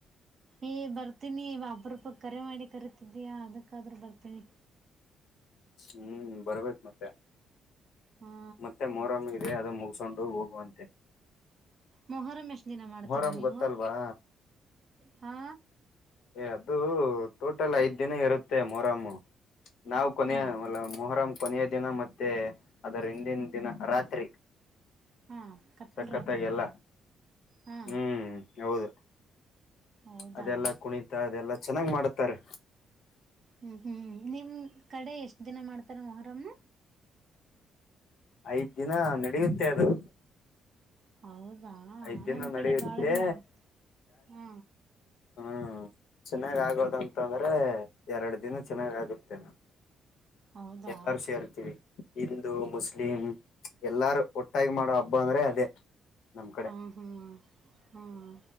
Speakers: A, on the right (about 45°); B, on the left (about 75°).
A: ಏ ಬರ್ತೀನಿ ಅಪ್ಪರೂಪಕ್ಕೆ ಕರೆ ಮಾಡಿ ಕರಿತಿದ್ದೀಯ ಅದಕ್ಕಾದ್ರೂ ಬರ್ತೀನಿ
B: ಹ್ಮ್ ಬರ್ಬೇಕು ಮತ್ತೆ
A: ಹಾ
B: ಮತ್ತೆ ಮೊರಮ್ ಇದೆ ಅದ ಮುಗಿಸಿಕೊಂಡು ಹೋಗುವಂತೆ
A: ಮೊಹಮ್ ಎಷ್ಟು ದಿನ ಮಾಡ್ತೀರ
B: ಮೊಹರಂ
A: ನೀವು
B: ಗೊತ್ತಲ್ವಾ
A: ಹಾ
B: ಏ ಅದು ಟೋಟಲ್ ಐದ್ ದಿನ ಇರುತ್ತೆ ಮೊಹರ್ ನಾವು ಕೊನೆ
A: ಹಾ
B: ಮೊಹರಂ ಕೊನೆಯ ದಿನ ಮತ್ತೆ ಅದರ ಹಿಂದಿನ ದಿನ ರಾತ್ರಿ
A: ಹಾ ಕತ್ತಲ್
B: ಸಕ್ಕತ್ತಾಗಿ
A: ರಾತ್ರಿ
B: ಎಲ್ಲ
A: ಹಾ
B: ಹ್ಮ್ ಹೌದು
A: ಹೌದಾ
B: ಅದೆಲ್ಲಾ ಕುಣಿತ ಅದೆಲ್ಲಾ ಚೆನ್ನಾಗ್ ಮಾಡುತ್ತಾರೆ
A: ಹ್ಮ್ ಹ್ಮ್ ನಿಮ್ ಕಡೆ ಎಷ್ಟ್ ದಿನ ಮಾಡ್ತಾರ ಮೊಹರಮ್ಮ
B: ಐದ್ ದಿನ ನಡೆಯುತ್ತೆ ಅದು
A: ಹೌದಾ
B: ಐದ್ ದಿನ
A: ನಮ್
B: ನಡೆಯುತ್ತೆ
A: ಕಡೆ ಬಾಳ ದಿನ ಆಗುತ್ತೆ ಹಾ
B: ಹ್ಮ ಚೆನ್ನಾಗ ಆ ಆಗೋದಂತಂದ್ರೆ ಎರಡು ದಿನ ಚೆನ್ನಾಗ್ ಆಗುತ್ತೆ ನಾ
A: ಹೌದಾ
B: ಎಲ್ಲಾರ ಸೇರ್ತೀರಿ ಹಿಂದೂ ಮುಸ್ಲಿಂ ಎಲ್ಲಾರು ಒಟ್ಟಾಗಿ ಮಾಡೋ ಹಬ್ಬ ಅಂದ್ರೆ ಅದೇ ನಮ್ ಕಡೆ
A: ಹ್ಮ್ ಹ್ಮ್ ಹ್ಮ್